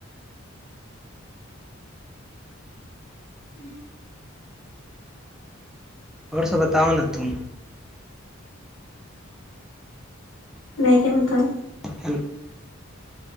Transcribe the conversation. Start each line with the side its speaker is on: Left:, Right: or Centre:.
Left: ہ
Centre: اور سب بتاؤ ن تم
Left: میں کیا پتا ہ
Centre: ہیلو